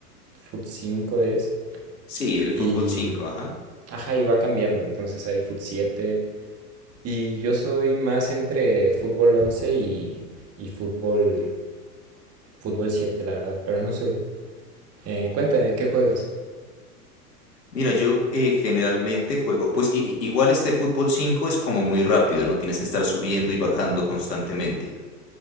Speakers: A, on the right; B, on the left.
A: foot 5 es.
B: Sí, el fútbol
A: Y,
B: 5, ajá.
A: ajá, y va cambiando. Entonces hay foot siete Y yo soy más entre fútbol 11 y, y fútbol, fútbol 7, la verdad. Pero no sé. Eh, cuéntame, ¿de qué juegas?
B: Mira, yo eh, generalmente juego, pues i- i- igual este fútbol 5 es como muy rápido, ¿no? Tienes que estar subiendo y bajando constantemente,